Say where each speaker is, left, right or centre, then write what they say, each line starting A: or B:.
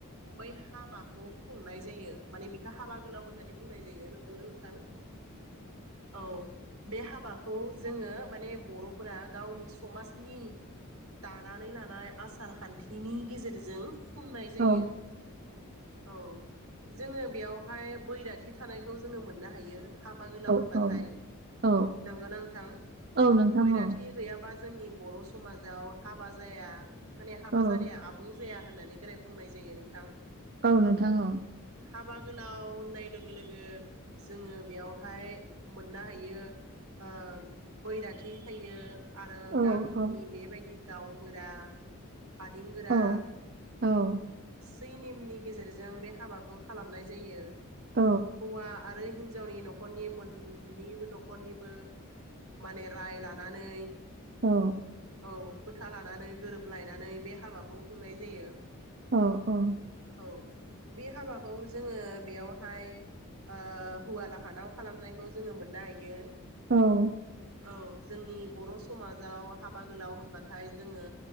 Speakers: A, on the right (about 75°); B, on the right (about 50°).
A: बै हाबाखौ खुंनाय जायो माने बेखौ हाबा गोलाव होननानै बुंनाय यो नंगौना नोंथां औ बे हाबाखौ जोङो माने बर'फोरा गावनि समाजनि दानानै लानाय आसार खान्थिनि गेजेरजों खुंनाय जायो
B: औ
A: औ जोङो बेयावहाय बैराथि थानायखौ जोङो मोननो हायो हाबा गोलाव
B: औ
A: होनबाथाय
B: औ औ
A: नंगौ ना नोंथां
B: औ नोंथां
A: बैराथि
B: औ
A: गैयाबा जोंनि बर' समाजाव हाबा जाया माने हाबा
B: औ
A: जानाया आबुं जाया होननानै गोराय बुंनाय जायो नोंथां
B: औ नोंथां औ
A: हाबा गोलाव होननाय लोगो लोगो जोङो बेयावहाय मोननो हायो ओ बैराथि थायो आरो
B: औ
A: गामिनि
B: औ
A: बेबायदि गावबोरा हादेंगोरा
B: औ औ
A: बै नेमनि गेजेरजों बे हाबाखौ खालामनाय जायो
B: औ
A: हौवा आरो हिन हिनजावनि न'खरनि मोननैबो न'खरनिबो माने राय लानानै
B: औ
A: औ खोथा लानानै गोरोबलायनानै बे हाबाखौ खुंनाय जायो
B: अ औ
A: औ बे हाबाखौ जोङो बेयावहाय ओ हुवा लाहानाव खालामनायखौ जोङो मोननो हायो
B: औ
A: औ जोंनि बर' समाजाव हाबा गोलाव होनबाथाय जोङो